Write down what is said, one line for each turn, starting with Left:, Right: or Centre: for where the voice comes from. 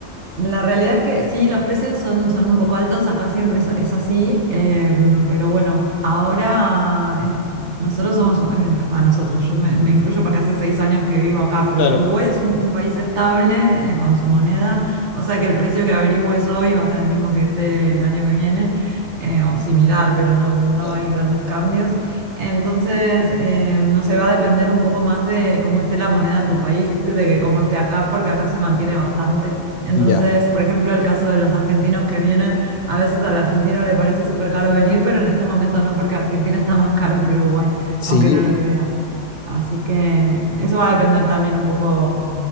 Right: la realidad es que sí, los precios son, son un poco altos, acá siempre es, es así, em, pero bueno, ahora es- nosotros somos, para nosotros, yo me, me incluyo porque hace seis años que vivo acá, pero
Left: Claro.
Right: Uruguay es un, un país estable, eh, con su moneda, o sea que el precio que averigües hoy va a ser el mismo que esté el año que viene, eh, o similar, pero no, no
Left: Bueno,
Right: hay grandes cambios. Entonces, eh, no sé, va a depender un poco más de cómo esté la moneda en tu país, de que cómo esté acá, porque acá se mantiene bastante. Entonces,
Left: ya.
Right: por ejemplo, el caso de los argentinos que vienen, a veces al argentino le parece súper caro venir, pero en este momento no, porque Argentina está más caro que Uruguay,
Left: Sí.
Right: aunque no lo creas. Así que eso va a depender también un poco